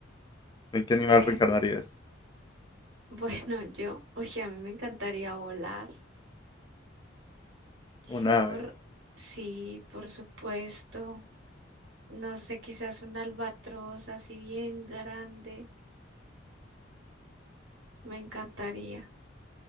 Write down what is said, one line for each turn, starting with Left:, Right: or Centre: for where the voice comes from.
Left: ¿En qué animal
Right: Ve,
Left: reencarnarías?
Right: <laughs> bueno, yo, oye, a mí me encantaría volar.
Left: un
Right: Yo,
Left: ave,
Right: r- sí, por supuesto. No sé, quizás un albatros así bien grande, me encantaría.